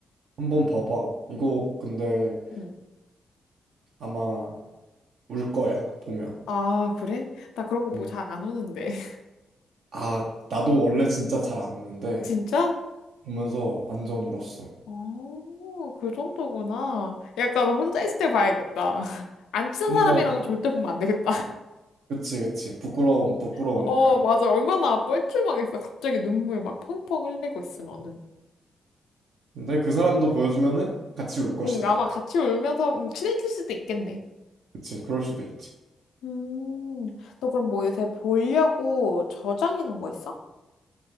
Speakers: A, on the right; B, on the left.
A: 한번 봐봐. 이거 근데
B: 응.
A: 아마 울 거야, 보면.
B: 아, 그래? 나 그런 거 보고
A: 응.
B: 잘 안 우는데. <laughs>
A: 아, 나도 원래 진짜 잘 안 우는데
B: 진짜?
A: 보면서 완전 울었어.
B: 어, 그 정도구나. 약간 혼자 있을 때 봐야겠다. <laughs> 안 친한
A: 혼자,
B: 사람이랑은 절대 보면 안 되겠다.
A: 그치, 그치. 부끄러움, 부끄러우니까.
B: 어, 맞아. 얼마나 뻘쭘하겠어. 갑자기 눈물 막 펑펑 흘리고 있으면은.
A: 근데 그 사람도 보여주면은 같이 울 것이다.
B: 응, 아마 같이 울면서 음, 친해질 수도 있겠네.
A: 그치, 그럴 수도 있지.
B: 음, 너 그럼 뭐 요새 보려고 저장해 놓은 거 있어?